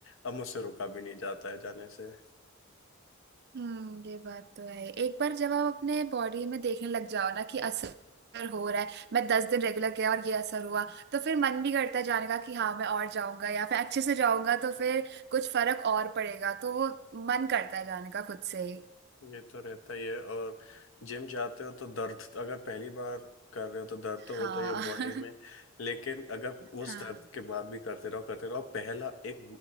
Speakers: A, on the left; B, on the right.
A: अब मुझसे रोका भी नहीं जाता है जाने से
B: हम्म ये बात तो है एक बार जब आप अपने बॉडी में देखने लग जाओ ना कि असर हो रहा है मैं दस दिन रेगुलर गया और ये असर हुआ तो फिर मन भी करता है जाने का कि हाँ मैं और जाऊंगा या फिर अच्छे से जाऊंगा तो फिर कुछ फर्क और पड़ेगा तो वो मन करता है जाने का खुद से ही
A: ये तो रहता ही है और जिम जाते हो तो दर्द अगर पहली बार कर रहे हो तो दर्द तो
B: हाँ
A: होता ही है बॉडी में
B: <laughs>
A: लेकिन अगर उस
B: हाँ
A: दर्द के बाद भी करते रहो करते रहो पहला एक